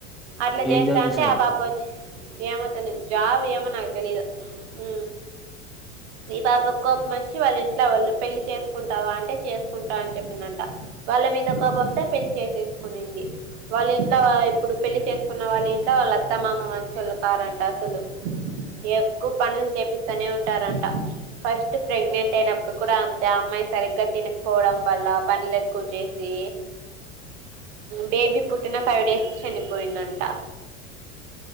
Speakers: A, on the right; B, in the centre.
A: అట్లా చేస్తా
B: ఏం జాబ్
A: అంటే
B: చేశాడు
A: ఆ పాప వచ్చి ఏమో తెలిదు జాబ్ ఏమో నాకు తెలీదు. ఉ ఈ పాప కోపం వచ్చి వాళ్ళ ఇంట్లో వాళ్ళు పెళ్లి చేసుకుంటావా, అంటే చేసుకుంటా అని చెప్పిందంట. వాళ్ళ మీద కోపంతో పెళ్లి చేసేసుకునింది. వాళ్ళ ఇంట్లో ఇప్పుడు పెళ్లి చేసుకున్న వాళ్ళ ఇంట్లో వాళ్ళ అత్తమామ అ చలుకారంట అసలు ఎక్కువ పనులు చేపిస్తూనే ఉంటారంట. ఫస్ట్ ప్రెగ్నెంట్ అయినప్పుడు కూడా అంతే. అమ్మాయి సరిగ్గా తినకపోవడం వల్ల, పనులు ఎక్కువ చేసి బేబీ పుట్టిన ఫైవ్ డేస్ చనిపోయిందంట.